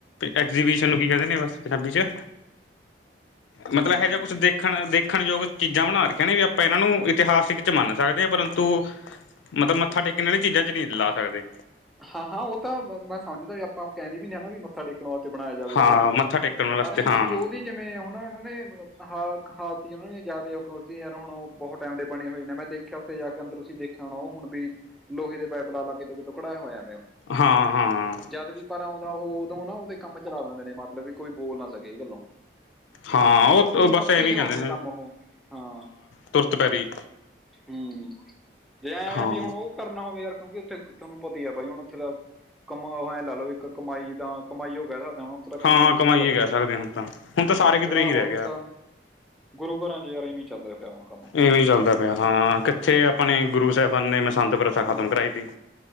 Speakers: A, on the left; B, in the centre.
A: ਐਗਜੀਬਿਸ਼ਨ ਨੂੰ ਕੀ ਕਹਿੰਦੇ ਨੇ ਬ ਪੰਜਾਬੀ ਚ
B: ਕਿਵੇਂ
A: ਮਤਲਬ ਇਹ ਜਿਹਾ ਕੁੱਛ ਦੇਖ ਦੇਖਣ ਦੇਖਣਯੋਗ ਚੀਜ਼ਾਂ ਬਣਾ ਰੱਖਿਆ ਨੇ ਵੀ ਆਪਾਂ ਇਹਨਾਂ ਨੂੰ ਇਤਿਹਾਸਿਕ ਚ ਮੰਨ ਸਕਦੇ ਆ ਪਰੰਤੂ ਮਤਲਬ ਮੱਥਾ ਟੇਕਣ ਆਲੀ ਚੀਜ਼ਾਂ ਚ ਨੀ ਲਾ ਸਕਦੇ।
B: ਹਾਂ-ਹਾਂ ਉਹ ਤਾਂ ਮੈਂ ਸਮਝਦਾ ਵੀ ਆਪਾਂ ਕਹਿੰਦੇ ਵੀ ਐ ਵੀ ਮੱਥਾ ਟੇਕਣ ਵਾਸਤੇ ਬਣਾਇਆ ਜਾਵੇ ਉਹੋ,
A: ਹਾਂ ਮੱਥਾ ਟੇਕਣ ਵਾਸਤੇ
B: ਪਰ ਐਵੇਂ
A: ਹਾਂ
B: ਵੀ ਉਹਦੀ ਜਿਵੇਂ ਹੁਣ ਉਹਨਾਂ ਨੇ ਹ ਹਾਥ ਉਹਨਾਂ ਨੇ ਜ਼ਿਆਦ ਹੁਕੂਮਤੀ ਯਾਰ ਹੁਣ ਉਹ ਬਹੁਤ ਟੈਮ ਦੇ ਬਣੇ ਹੋਏ ਨੇ ਮੈਂ ਦੇਖਿਆ। ਉੱਥੇ ਜਾ ਕੇ ਅੰਦਰ ਤੁਸੀਂ ਦੇਖਿਆ ਹੋਣਾ ਉਹ ਹੁਣ ਵੀ ਲੋਹੇ ਦੇ ਪਾਈਪ ਲਾ ਲਾਗੇ ਤੋਂ ਕਿਤੇ ਖੜਾਇਆ ਹੋਇਆ।
A: ਹਾਂ ਹਾਂ
B: ਜਦ ਵੀ ਪਰ ਔਦਾ ਉਹ ਉਦੋਂ ਨਾ ਉਹਦੇ ਕੰਮ ਚਲਾ ਦਿੰਦੇ ਨੇ ਮਤਲਬ ਵੀ ਕੋਈ ਬੋਲ ਨਾ ਸਕੇ ਇਹ ਗੱਲੋਂ
A: ਹਾਂ
B: ਪੱਕੀ
A: ਉਹ ਬਸ
B: ਪੱਕੇ
A: ਐਵੇਂ
B: ਚਲਾਉਂਦੇ
A: ਕਹਿੰਦੇ
B: ਨੇ ਕੰਮ ਉਹ ਹਾਂ।
A: ਤੁਰਤ ਪੈਰੀ
B: ਹੂੰ, ਜੇ ਐਵੇਂ
A: ਹਾਂ
B: ਵੀ ਹੁਣ ਉਹ ਕਰਨਾ ਹੋਵੇ ਯਾਰ ਕਿਉਂਕਿ ਉੱਥੇ ਤੁਹਾਨੂੰ ਪਤੀ ਆ ਬਾਈ ਹੁਣ ਉੱਥੇ ਦਾ, ਕਮਾ ਐ ਲਾ ਲਓ ਇੱਕ ਕਮਾਈ ਤਾਂ ਕਮਾਈ ਈ ਓ ਕਹਿ ਸਕਦਾ ਆ ਹੁਣ ਕਿ
A: ਹਾਂ
B: ਨਹੀਂ
A: ਕਮਾਈਏ
B: ਚੜਾਵਾ ਚੜ੍ਹਦਾ,
A: ਕਹਿ ਸਕਦੇ ਹੁਣ ਤਾਂ ਹੁਣ ਤਾਂ ਸਾਰੇ ਕਿਧਰੇ
B: ਚੜਾਵਾ
A: ਹੀ ਰਹਿ
B: ਉੱਥੇ
A: ਗਿਆ
B: ਦਾ ਗੁਰੂ ਘਰਾਂ ਚ ਯਾਰ ਐਵੀ ਚੱਲ ਪਿਆ ਹੁਣ ਕੰਮ
A: ਇਵੇਂ ਚੱਲਦਾ ਪਿਆ ਹਾਂ, ਕਿੱਥੇ ਆਪਣੇ ਗੁਰੂ ਸਾਹਿਬਾਨ ਨੇ ਮਸੰਤ ਪ੍ਰਥਾ ਖ਼ਤਮ ਕਰਵਾਈ ਤੀ।